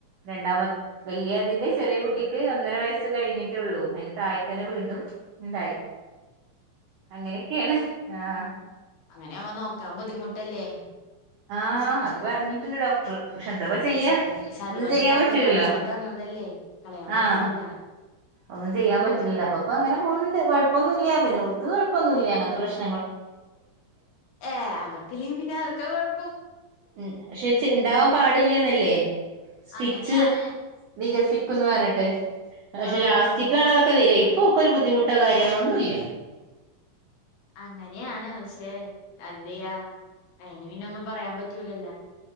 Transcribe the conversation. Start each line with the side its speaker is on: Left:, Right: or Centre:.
Right: രണ്ടാമ വലിയ അതിന്റെ ചെറിയ കുട്ടിക്ക് ഒന്നര വയസ്സ് കഴിഞ്ഞിട്ടുള്ളൂ അതിന്റെ താഴെ തന്നെ വീണ്ടും ഇണ്ടായി അങ്ങനെയൊക്കെയാണ് ആഹ്
Left: അങ്ങനെ അവൻ നോക്കാൻ ബുദ്ധിമുട്ടല്ലേ
Right: ആ അത് പറഞ്ഞിട്ടുണ്ട് ഡോക്ടർ പക്ഷെ എന്താപ്പ ചെയ്യ
Left: പക്ഷെ അത് പക്ഷെ അത്
Right: ഒന്നു
Left: പറഞ്ഞിട്ട്
Right: ചെയ്യാൻ
Left: കാര്യല്ല
Right: പറ്റൂലല്ലോ
Left: പടച്ചോൻ തന്നതല്ലേ കളയാൻ പറ്റൂലല്ലോ
Right: ആഹ ഒന്നു ചെയ്യാൻ പറ്റില്ലല്ലോ അപ്പൊപ്പ അങ്ങനെ പോണണ്ട് കൊഴപ്പൊന്നുല്ല്യ പിന്നെ ഓൾക്ക് കൊപ്പൊന്നുല്ല്യ അങ്ങനത്തെ പ്രശ്
Left: ഏ അവർക്കില്ലാക്കിൽ പിന്നെ ആർക്കാ കൊഴപ്പം
Right: ഉം പക്ഷെ ഇണ്ടാവാൻ പാടില്ലന്നല്ലേ സ്റ്റിച്ച്
Left: അങ്ങനെയാണ്
Right: വികസിക്കന്ന പറഞ്ഞിട്ട് പക്ഷെ
Left: ആഹ്
Right: ലാസ്റ്റിക്ക
Left: അങ്ങനെ
Right: ആ അതൊക്കെ വരിക ഇപ്പൊക്കെ ഒരു ബുദ്ധിമുട്ട കാര്യ പ്രശനങ്ങളൊന്നുംല്ല
Left: അങ്ങനെയാണ് പക്ഷേ എന്തയാ അയിന് പിന്നെ ഒന്നും പറയാൻ പറ്റൂലല്ല